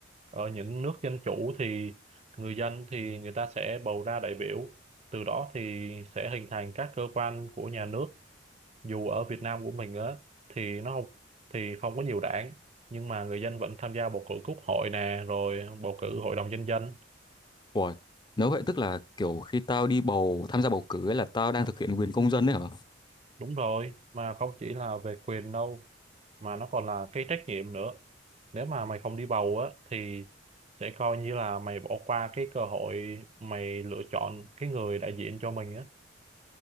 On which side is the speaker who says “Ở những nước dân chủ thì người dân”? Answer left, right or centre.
Right